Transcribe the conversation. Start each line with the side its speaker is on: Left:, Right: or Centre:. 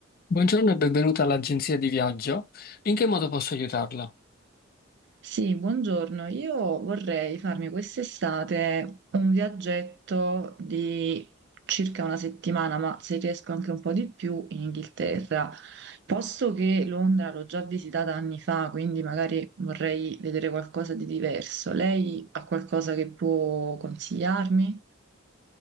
Left: Buongiorno e benvenuta all'agenzia di viaggio. In che modo posso aiutarla?
Right: Sì, buongiorno. Io vorrei farmi quest'estate un viaggetto di circa una settimana, ma se riesco anche un po' di più in Inghilterra. Posto che Londra l'ho già visitata anni fa, quindi magari vorrei vedere qualcosa di diverso. Lei ha qualcosa che può consigliarmi?